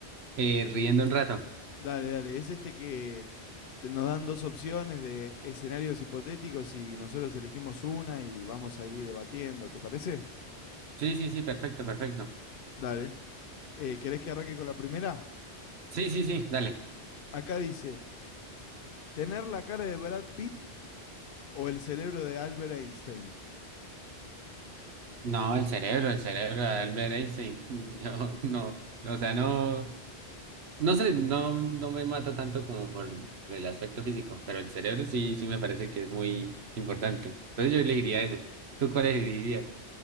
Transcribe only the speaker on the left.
Dale, dale, es este que te- nos dan dos opciones de escenarios hipotéticos y nosotros elegimos una y vamos ahí debatiendo, ¿te parece?
Dale. Eh, ¿querés que arranque con la primera?
Acá dice, ¿tener la cara de Brad Pitt o el cerebro de Albert Einstein?